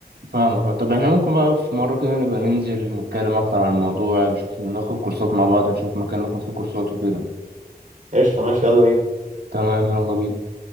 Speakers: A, on the right; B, on the right.
A: فاهمك طب احنا ممكن بقى في مرة كده نبقى ننزل نتكلم أكتر عن الموضوع نشوف ناخد كورسات مع بعض نشوف مكان ناخد فيه كورسات وكده
B: قشطه ماشي يلا بينا
A: تمام يلا بينا